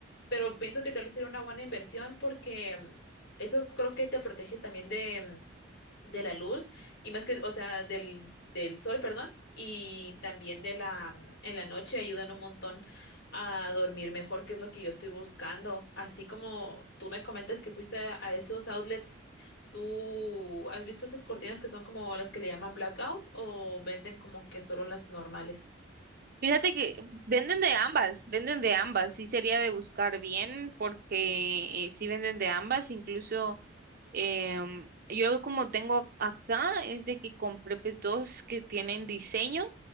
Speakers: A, on the left; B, on the right.
A: pero pienso que tal vez sería una buena inversión porque mm, eso creo que te protege también de la luz y más que, o sea, del, del sol, perdón, y también de la, mm, en la noche ayudan un montón a dormir mejor, que es lo que yo estoy buscando. Así como tú me comentas que fuiste a, a esos outlets, ¿tú has visto esas cortinas que son como las que le llaman blackout o venden como que solo las normales?
B: Fíjate que venden de ambas, venden de ambas. Sí sería de buscar bien porque eh, sí venden de ambas. Incluso em, yo como tengo acá es de que compré pues dos que tienen diseño,